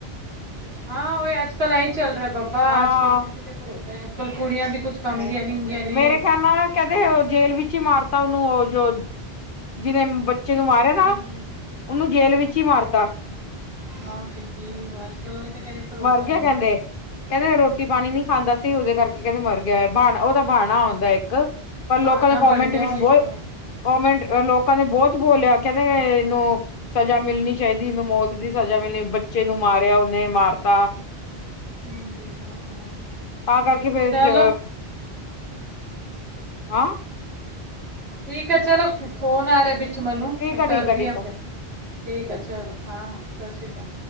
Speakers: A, on the right (about 85°); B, on the left (about 55°).
A: ਹਾਂ ਉਹੀ ਅੱਜ ਕੱਲ ਐਹੀ ਚੱਲ ਰਿਹਾ ਬਾਬਾ
B: ਹਾਂ
A: ਅੱਜ ਕੱਲ੍ਹ ਕਿਸੇ ਤੇ ਭਰੋਸਾ ਹੈ ਅੱਜ ਕੱਲ ਕੁੜੀਆਂ ਵੀ ਕੁੱਝ ਕੰਮ ਦੀਆਂ ਨੀ। ਨੇ
B: ਮੇਰੇ ਖਿਆਲ ਨਾਲ ਕਹਿੰਦੇ ਜੇਲ ਵਿੱਚ ਹੀ ਮਾਰਤਾ ਉਹਨੂੰ ਉਹ ਜੋ ਜਿਹਨੇ। ਬੱਚੇ ਨੂੰ ਮਾਰਿਆ ਨਾ
A: ਹੂੰ
B: ਉਹਨੂੰ ਜੇਲ ਵਿੱਚ ਹੀ ਮਾਰਤਾ।
A: ਹਾਂ ਕਿ ਕੀ ਅੱਜ ਕੱਲ ਉਹ ਹੀ ਤਾਂ ਕਹਿ ਰਹੇ ਭਰੋਸਾ
B: ਮਰ ਗਿਆ
A: ਨਹੀਂ
B: ਕਹਿੰਦੇ
A: ਆ।
B: ਕਹਿੰਦੇ ਰੋਟੀ ਪਾਣੀ ਨੀ ਖਾਂਦਾ ਸੀ ਉਹਦੇ ਕਰਕੇ ਕਹਿੰਦੇ ਮਰ ਗਿਆ ਉਹ ਬਣਾ ਉਹ ਤਾਂ ਬਹਾਣਾ ਹੁੰਦਾ ਇੱਕ। ਪਰ ਲੋਕਾਂ
A: ਪਾਨਾ
B: ਦੇ ਕੋਮੈਂਟ
A: ਬਣ ਗਿਆ
B: ਵਿੱਚ
A: ਉਹ ਇੱਕ
B: ਬਹੁਤ। ਕਮੈਂਟ ਲੋਕਾਂ ਨੇ ਬਹੁਤ ਬੋਲਿਆ ਕਹਿੰਦੇ ਇਹਨੂੰ ਸਜ਼ਾ ਮਿਲਣੀ। ਚਾਹੀਦੀ ਇਹਨੂੰ ਮੌਤ ਦੀ ਸਜ਼ਾ ਮਿਲਣੀ ਬੱਚੇ ਨੂੰ ਮਾਰਿਆ ਉਹਨੇ ਮਾਰਤ
A: ਹਮ ਜੀ ਉਹ ਤਾਂ ਹੈ।
B: ਤਾਂ ਕਰਕੇ ਫਿਰ
A: ਚਲੋ
B: ਜ ਹਾਂ।
A: ਠੀਕ ਹੈ ਚਲੋ, ਫੋਨ ਆ ਰਿਹਾ ਵਿੱਚ। ਮੈਨੂੰ
B: ਠੀਕ
A: ਮੈਂ
B: ਆ ਠੀਕ
A: ਕਰਦੀ
B: ਆ ਠੀਕ
A: ਹਾਂ
B: ਆ
A: ਫਿਰ ਠੀਕ ਆ ਚਲੋ ਹਾਂ ਹਾਂ ਸਤਿ ਸ੍ਰੀ ਅਕਾਲ।